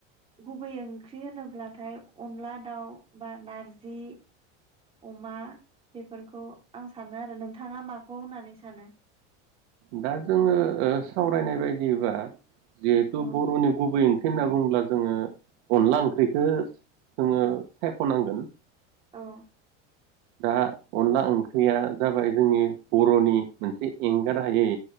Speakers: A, on the right; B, on the right.
A: गुबै ओंख्रि होनोब्लाथाय अनला दाउ बा नारजि अमा बेफोरखौ आं सानो आरो नोंथाङा माखौ होननानै सानो?
B: दा जोंङो ओ सावरायनाय बायदिबा जिहेथु
A: औ
B: बर'नि गुबै ओं ख्रि होनना बुङोब्ला जोंङो अनला ओंख्रिखौ जोङो सायख'नांगोन।
A: औ
B: दा अनला ओंख्रिया जाबाय जोंनि बर'नि मोनसे एंगारहायै